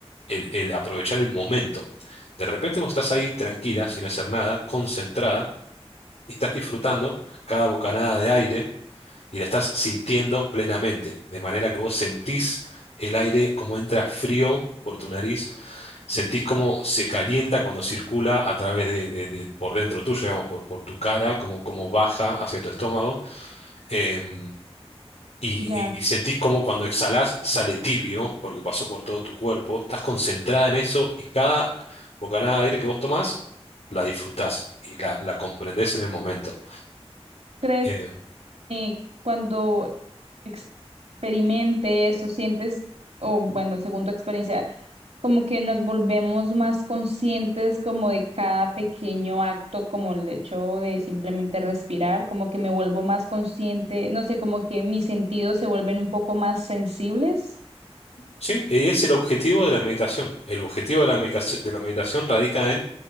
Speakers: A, on the left; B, on the right.
A: el el aprovechar el momento. De repente vos estás ahí tranquila, sin hacer nada, concentrada, y estás disfrutando cada bocanada de aire y la estás sintiendo plenamente, de manera que vos sentís el aire como entra frío por tu nariz, sentís cómo se calienta cuando circula a través de, de- de- por dentro tuyo, digamos, por, por tu cara, como, como baja hacia tu estómago, em, y,
B: Ya.
A: y- y sentís como cuando exhalás sale tibio, porque pasó por todo tu cuerpo, estás concentrada en eso y cada bocanada de aire que vos tomás, la disfrutás y la, la comprendés en el momento.
B: ¿Crees
A: Eh,
B: que cuando experimentes o sientes, o bueno, según tu experiencia, como que nos volvemos más conscientes como de cada pequeño acto, como el hecho de simplemente respirar, como que me vuelvo más consciente, no sé, como que mis sentidos se vuelven un poco más sensibles?
A: Sí, y es el objetivo de la meditación. El objetivo de la medicaci- de la meditación radica en